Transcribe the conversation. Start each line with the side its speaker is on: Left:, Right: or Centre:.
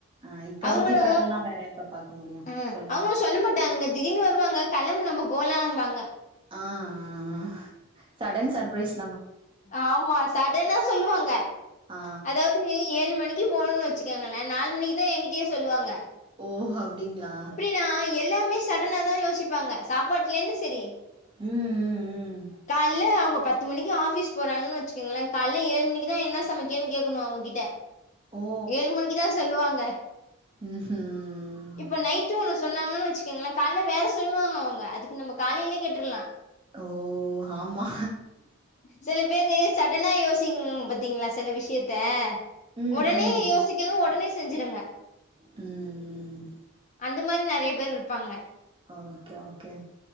Right: ஆ இப்ப
Left: அவுங்களு
Right: சுத்தி பாக்கலனா வேற பாக்க முடியு
Left: ம்
Right: சொல்லுங்க
Left: அவங்களு சொல்ல மாட்டாங்கங்க திடீர்னு வருவாங்க களம்பு நம்ம போலாம்பாங்க
Right: ஆ அ அ சடன் சர்ப்ரைஸ்
Left: ஆமா சடனா சொல்லுவாங்க
Right: ஆ
Left: அதாவது ஏழு மணிக்கு போகணுனு வச்சுக்கோங்களே நாலு மணிக்குதா எங்கிட்டயே சொல்லுவாங்க
Right: ஓஹ் அப்டிங்களா
Left: என்னனா எல்லாமே சடனாதா யோசிப்பாங்க சாப்பாட்லேந்து சரி
Right: ம் ம் ம்
Left: கால்ல அவுங்க பத் பத்து மணிக்கு ஆஃபீஸ் போறாங்கனு வச்சீகங்களே கால்ல ஏழு மணிக்கிதா என்ன சமைக்கனு கேட்கணு அவுங்ககிட்ட
Right: ஓ ஓ
Left: ஏழு மணிக்குதா சொல்லுவாங்க
Right: ம்ஹும்
Left: இப்ப நைட்டு ஒன்னு சொன்னாங்கன்னு வச்சிக்கங்களே கால்ல வேற சொல்லுவாங்க அவுங்க அதுக்கு நம்ம காலையிலே கேட்ர்லா
Right: ஓ ஹாமா
Left: செல பேரு சடனா யோசிங் பாத்தீங்களா செல விஷயத்த
Right: ம்
Left: ஒடனே
Right: ம்
Left: யோசிக்கனு ஒடனே செஞ்சிடுங்க
Right: ம்ம்
Left: அந்த மாரி நெறைய பேர் இருப்பாங்க
Right: ஓகே ஓகே